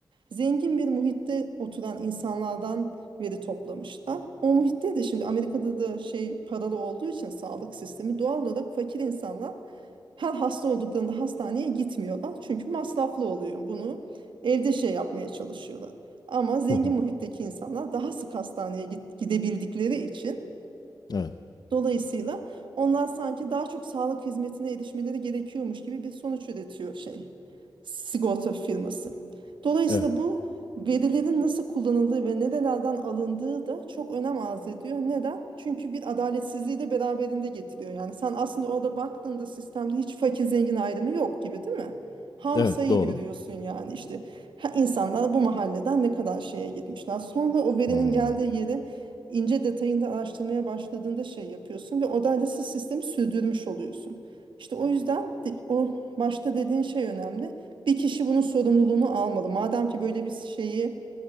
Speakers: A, on the right; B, on the left.
A: Zengin bir muhitte oturan insanlardan veri toplamışlar. O muhitte de şimdi Amerika'da da şey paralı olduğu için sağlık sistemi doğal olarak fakir insanlar her hasta olduklarında hastaneye gitmiyorlar. Çünkü masraflı oluyor. Bunu evde şey yapmaya çalışıyorlar. Ama zengin
B: <laughs>
A: muhitteki insanlar daha sık hastaneye git- gidebildikleri için
B: evet,
A: Dolayısıyla onlar sanki daha çok sağlık hizmetine erişmeleri gerekiyormuş gibi bir sonuç üretiyor şey sigorta firması. Dolayısıyla
B: evet,
A: bu verilerin nasıl kullanıldığı ve nerelerden alındığı da çok önem arz ediyor. Neden? Çünkü bir adaletsizliği de beraberinde getiriyor. Yani sen aslında orada baktığında sistemde hiç fakir zengin ayrımı yok gibi değil mi? Ham
B: evet,
A: sayı
B: doğru.
A: görüyorsun yani işte ha, insanlar bu mahalleden ne kadar şeye gitmişler. Sonra o verinin
B: Hmm.
A: geldiği yeri ince detayında araştırmaya başladığında şey yapıyorsun ve o siz sistemi sürdürmüş oluyorsun. İşte o yüzden de- o başta dediğin şey önemli. Bir kişi bunun sorumluluğunu almalı. Madem ki böyle bir şeyi